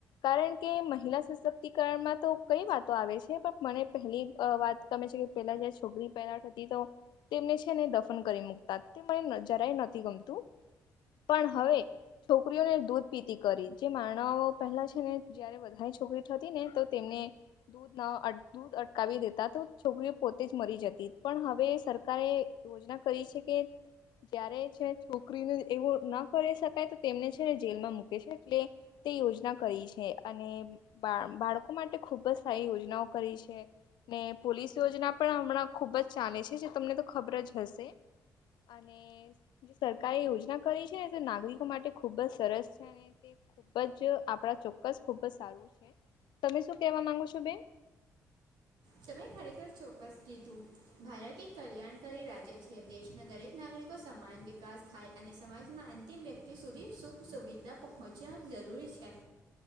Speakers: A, on the left; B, on the right.
A: કારણ કે મહિલા સશક્તિકરણમાં તો કઈ વાતો આવે છે. પણ મને પહેલી વાત ગમે છે કે પેલા જ છોકરી પહેલા હતી તો તેમને છે ને દફન કરી મુૂકતા તે મને જરાય નથી ગમતું. પણ હવે છોકરીઓને દૂધ પીતી કરી જે મારણઓ પહેલા છે ને જયારે વધારે છોકરી ને તો તેમને દૂધ ના દૂધ અટકાવી દેતા તો છોકરીઓ પોતે જ મરી જતી પણ હવે સરકારે યોજના કરી છે કે જય્યારે છે છોકરીને એવું ના કરી શકાય તેમને છેને જેલમાં મૂકે છે એટલે તે યોજના કરી છે અને બા બાળકો માટે ખુબ જ સારી યોજનાઓ કરી છે. ને પોલીસ યોજના પણ હમણાં ખુબ જ ચાલે છે જે તમને તો ખબર જ હશે અને જે સરકારે યોજના કરી છે ને તો નાગરિકો માટે ખુબ જ સરસ છે અને તે ખુબ જ આપડા ચોક્કસ ખુબ જ સારું છે તમે શું કેવા માંગો છો બેન
B: તમે ખરેખર ચોક્કસ કીધું. ભારત એક કલ્યાણકારી રાજ્ય છે દેશના દરેક નાગરિકો સમાન વિકાસ થાય અને સમાજના અંત તેમ વ્યક્તિ સુધી સુખ સુવિધા પહોંચવા જરૂરી છે.